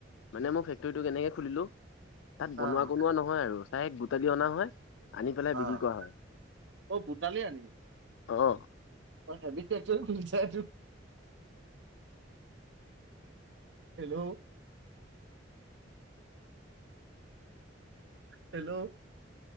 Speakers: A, on the left; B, on the right.
A: মানে মই ফেক্টৰীটো কেনেকে খুলিলোঁ তাত বনোৱা
B: অ',
A: কনোৱা নহয় আৰু তাই এক বুটালি অনা হয় আনি পেলাই
B: অ'।
A: বিক্ৰী কৰা হয়
B: অ' ভূটালি আনি
A: অ',
B: অ' হেভি ফেক্টৰী খুলিছা এইটো হেল্ল' হেল্ল'